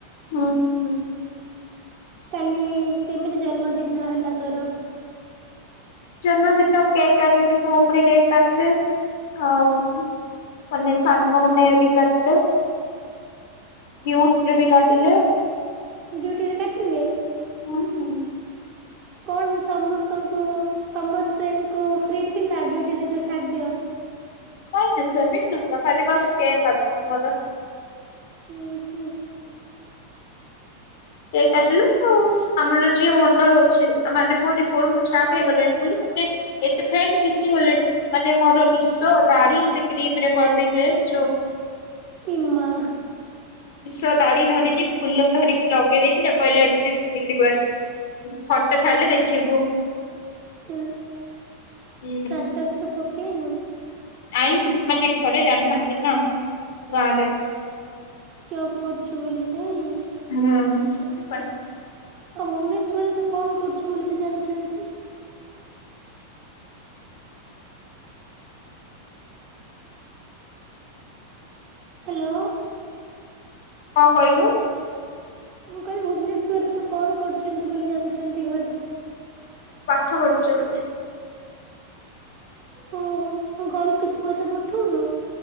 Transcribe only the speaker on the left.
ହୁଁ ଉଁ
ଜନ୍ମଦିନ କେକ୍ କାଟିଲି ରୁମରେ କେକ୍ କାଟିଲେ ଆଉ ମାନେ ସାଙ୍ଗ ମାନେ ବି କାଟିଲେ। ଡିଉଟିରେ ରେ ବି କାଟିଲେ।
ହୁଁ ଉଁ
ନାଇଁ ନାଇଁ ସେମିତି ନଥିଲା ଖାଲି ବାସ୍ କେକ କାଟିଲୁ ମୋର।
କେକ୍ କାଟିଲୁ। ଆମର ଯିଏ ଓନର ଅଛି ମାନେ ମୁଁ ଏଠି ପୁରୁଣା ଷ୍ଟାଫ୍ ହେଇଗଲିଣି ବୋଲି ମାନେ ଏତେ ଫ୍ରେଣ୍ଡଲି ମିଶି ଗଲେଣି, ମାନେ ମୋର ନିଶ ଦାଢି ସେ କ୍ରିମ୍ ରେ କରିଦେଇ <unintelligible>
ନିଶ, ଦାଢ଼ି ଧରିକି ଫୁଲ ଧରି ଲଗେଇ ଦେଇଥିଲେ କହିଲେ ଏମିତି ତୁ ବୁଲିବୁ ଆଜି। ଫଟୋ ଛାଡ଼ିଲେ ଦେଖିବୁ
ହୁଁ
ଆଇଁଲୁ, ମାନେ ଘରେ ଜାଣିନାହାନ୍ତି ନା ଗାଁରେ।
ହୁଁ <unintelligible>
କଣ କହିଲୁ?
ପାଠ ପଢୁଚି ବୋଲି।